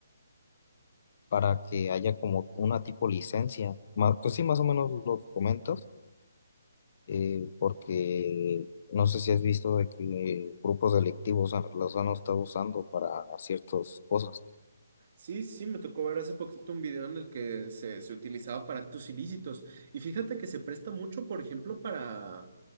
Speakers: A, on the left; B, on the right.
A: para que haya como una tipo licencia. Ma- pues sí, más o menos lo que comentas, eh, porque no sé si has visto de que grupos delictivos han- los han estado usando para ciertas cosas.
B: Sí, sí, sí, me tocó ver hace poquito un video en el que se, se utilizaba para actos ilícitos. Y fíjate que se presta mucho, por ejemplo, para,